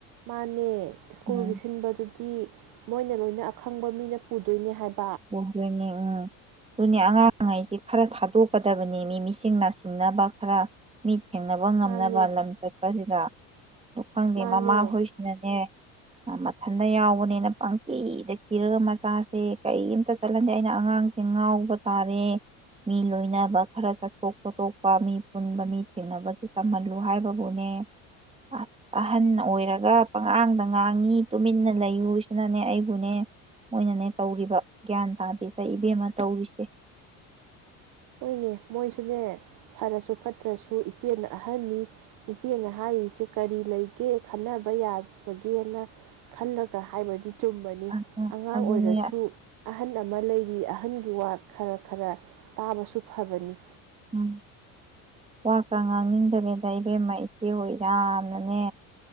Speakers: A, on the right (about 60°); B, on the right (about 15°).
A: ꯃꯥꯅꯦ ꯁ꯭ꯀꯨꯜꯒꯤ
B: ꯎꯝ
A: ꯁꯤꯟꯕꯗꯨ ꯇꯤ ꯃꯣꯏꯅ ꯂꯣꯏꯅ ꯑꯈꯪꯕ ꯃꯤꯅ ꯄꯨꯗꯣꯏꯅꯦ ꯍꯥꯏꯕ
B: ꯄꯨꯗꯨꯏꯅꯦ ꯎꯝ ꯑꯗꯨꯅꯤ ꯑꯉꯥꯡꯈꯩꯁꯤ ꯈꯔ ꯊꯥꯗꯣꯛꯀꯗꯕꯅꯦꯃꯤ ꯃꯤꯁꯤꯡ ꯅꯥꯁꯤꯡꯅꯕ ꯈꯔ ꯃꯤ ꯊꯦꯡꯅꯕ ꯉꯝꯅꯕ
A: ꯃꯥꯅꯦ
B: ꯂꯝ ꯆꯠꯄꯁꯤꯗ ꯑꯗꯨ ꯈꯪꯗꯦ
A: ꯃꯥꯅꯦ
B: ꯃꯃꯥꯍꯣꯏꯁꯤꯅꯅꯦ ꯃꯊꯟꯇ ꯌꯥꯎꯕꯅꯤꯅ ꯄꯪꯀꯤꯗ ꯀꯤꯔꯒ ꯃꯆꯥꯁꯦ ꯀꯔꯤꯝꯇ ꯆꯠꯍꯟꯗꯦ ꯑꯩꯅ ꯑꯉꯥꯡꯁꯦ ꯉꯥꯎꯕ ꯇꯥꯔꯦ ꯃꯤ ꯂꯣꯏꯅꯕ ꯈꯔ ꯆꯠꯊꯣꯛ ꯈꯣꯇꯣꯛꯄ ꯃꯤ ꯄꯨꯟꯕ ꯃꯤ ꯊꯦꯡꯅꯕꯁꯨ ꯇꯝꯍꯜꯂꯨ ꯍꯥꯏꯕꯕꯨꯅꯦ ꯑꯁ ꯑꯍꯟ ꯑꯣꯏꯔꯒ ꯄꯉꯥꯡꯗ ꯉꯥꯡꯉꯤ ꯇꯨꯃꯤꯟꯅ ꯂꯩꯌꯨ ꯁꯤꯅꯅꯦ ꯑꯩꯕꯨꯅꯦ ꯃꯣꯏꯅꯅꯦ ꯇꯧꯔꯤꯕ ꯒ꯭ꯌꯥꯟ ꯇꯥꯗꯦꯗ ꯏꯕꯦꯝꯃ ꯇꯧꯔꯤꯁꯦ
A: ꯍꯣꯏꯅꯦ ꯃꯣꯏꯁꯨꯅꯦ ꯐꯔꯁꯨ ꯐꯠꯇ꯭ꯔꯁꯨ ꯏꯆꯦꯅ ꯑꯍꯟꯅꯤ ꯏꯆꯦꯅ ꯍꯥꯏꯔꯤꯁꯦ ꯀꯔꯤ ꯂꯩꯒꯦ ꯈꯟꯅꯕ ꯌꯥꯕꯒꯦꯅ ꯈꯜꯂꯒ ꯍꯥꯏꯕꯗꯤ ꯆꯨꯝꯕꯅꯤ
B: ꯑꯗꯨ
A: ꯑꯉꯥꯡ
B: ꯑꯗꯨꯅꯦ
A: ꯑꯣꯏꯔꯁꯨ ꯑꯍꯟ ꯑꯃ ꯂꯩꯔꯤ ꯑꯍꯟꯒꯤ ꯋꯥ ꯈꯔ ꯈꯔ ꯇꯥꯕꯁꯨ ꯐꯕꯅꯤ
B: ꯎꯝ ꯋꯥꯀ ꯉꯥꯡꯅꯤꯡꯗꯔꯦꯗ ꯏꯕꯦꯝꯃ ꯏꯆꯦ ꯍꯣꯏ ꯌꯥꯝꯅꯅꯦ